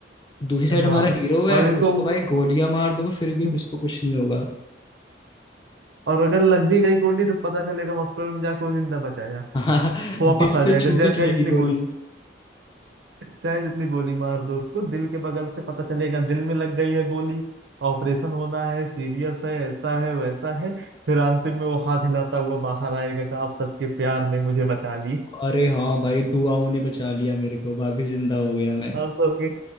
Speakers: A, on the left; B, on the right.
A: दूसरी साइड
B: हाँ
A: हमारा हीरो है
B: और इनको
A: उसको भाई गोलियां मार दो वो फिर
B: <laughs>
A: भी उसको कुछ नहीं होगा
B: और अगर लग भी गई गोली तो पता चलेगा हॉस्पिटल में जाके वो जिंदा बचाया
A: <laughs> हाँ,
B: वो
A: दिल
B: वापस आ
A: से
B: जाएगा
A: छू
B: चाहे
A: के चलेगी
B: चाहे जितनी
A: गोली
B: गोली चाहे जितनी गोली मार दो उसको दिल के बगल से पता चलेगा दिल में लग गई है गोली ऑपरेशन होना है सीरियस है ऐसा है वैसा है फिर अंतिम में वो हाथ हिलाता हुआ बाहर आएगा कि आप सबके प्यार ने मुझे बचा ली
A: अरे हाँ भाई दुआओं ने बचा लिया मेरे को वापिस जिंदा हो गया मैं
B: आप सबके